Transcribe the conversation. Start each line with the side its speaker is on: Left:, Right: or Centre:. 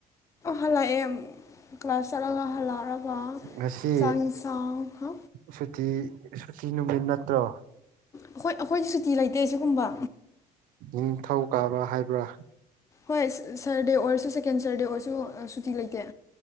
Left: ꯍꯜꯂꯛꯑꯦ ꯀ꯭ꯂꯥꯁ ꯆꯠꯂꯒ ꯍꯜꯂꯛꯑꯒ
Right: ꯉꯁꯤ
Left: ꯆꯥꯡꯁꯥꯡꯈ
Right: ꯁꯨꯇꯤ ꯁꯨꯇꯤ ꯅꯨꯃꯤꯠ ꯅꯠꯇ꯭ꯔꯣ
Left: ꯑꯩꯈꯣꯏ ꯑꯩꯈꯣꯏꯗꯤ ꯁꯨꯇꯤ ꯂꯩꯇꯦ ꯁꯤꯒꯨꯝꯕ
Right: ꯅꯤꯡꯊꯧ ꯀꯥꯕ ꯍꯥꯏꯕ꯭ꯔꯥ
Left: ꯍꯣꯏ ꯁꯔꯗꯦ ꯑꯣꯏꯔꯁꯨ ꯁꯦꯀꯦꯟ ꯁꯔꯗꯦ ꯑꯣꯏꯔꯁꯨ ꯁꯨꯇꯤ ꯂꯩꯇꯦ